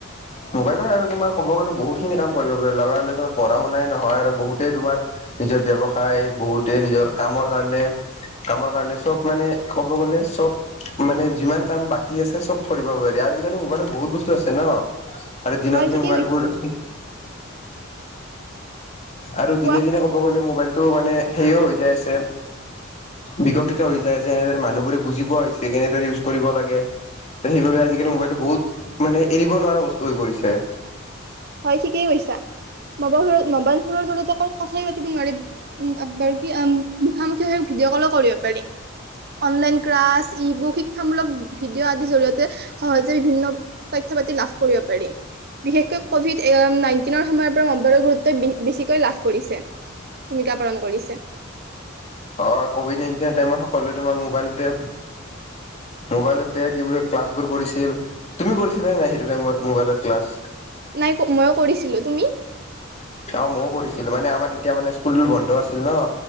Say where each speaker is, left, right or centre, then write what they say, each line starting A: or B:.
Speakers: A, on the left (about 35°); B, on the right (about 50°).
A: মোবাইলো হয় আৰু তোমাৰ কব গলে বহুত খিনি কাম কৰিব পাৰি লগা হলে চব পঢ়া শুনাই নহয় আৰু বহুতে তোমাৰ নিজৰ ব্যৱসায় বহুতে নিজৰ কামৰ কাৰণে- কামৰ কাৰণে চব মানে কব গলে চব মানে যিমান কাম বাকী আছে চব কৰিব পাৰি আজিকালি মোবাইলত বহুত বস্তু আছে ন। আৰু দিনক
B: হয়
A: দিনে
B: ঠিকেই
A: মোবাইলবোৰ
B: কৈছা।
A: <inaudible> আৰু
B: কোৱা?
A: দিনে- দিনে কব গলে মোবাইল টো মানে সেও হৈ যাই আছে বিকশিত হৈ যাই আছে এনেৰে মানুহ বোৰে বুজি পোৱা হৈছে কেনেদৰে ইউজ কৰিব লাগে সেইবাবে আজিকালি মোবাইলটো বহুত মানে এৰি ৰিব নোৱাৰা বস্তু হৈ পৰিছে।
B: হয় ঠিকেই কৈছা <unintelligible> জৰিয়তে <unintelligible> কথাই পাতিব নোৱাৰিম <unintelligible> মুখামুখি হে ভিডিঅ কলো কৰিব পাৰি অনলাইন ক্লাছ ই বুক শিক্ষামূলক ভিডিঅ আদিৰ জৰিয়তে সহজে বিভিন্ন তথ্য পাতি লাভ কৰিব পাৰি বিশেষকৈ কভিড নাইনটিনৰ সময়ত পৰা মোবাইলৰ গুৰুত ত্বই বেছিকৈ লাভ কৰিছে ভূমিকা পালন কৰিছে।
A: অহ, কভিড নাইনটিনৰ টাইমত সক সকলোৱে তোমাৰ মোবাইলতে মোবাইলতে কি বুলি ক্লাছ বোৰ কৰিছিল তুমি কৰিছিলা নে নাই সেইটো টাইমত মোবাইলত ক্লাছ?
B: নাই মইয়ো কৰিছিলো। তুমি?
A: অহ, ময়ো কৰিছিলো মানে আমাৰ তেতিয়া মানে স্কুল বন্ধ আছিল ন।